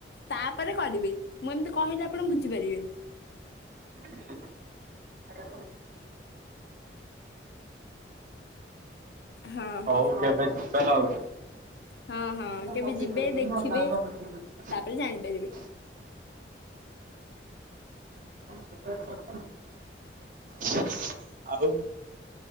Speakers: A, on the left (about 65°); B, on the right (about 45°).
A: ତାପରେ କରିବି ମୁଁ ଏମିତି କହିଲି ଆପଣ ବୁଝିପାରିବେନି
B: <unintelligible> ହ
A: ହଁ ହଁ
B: ହଉ କେବେ ଯିବା ତ ଆଉ
A: ହଁ
B: <unintelligible>
A: ହଁ କେବେ ଯିବେ ଦେଖିବେ ତାପରେ ଜାଣିପାରିବେ।
B: ସେପେ ରେଟ୍ <unintelligible> ଆଉ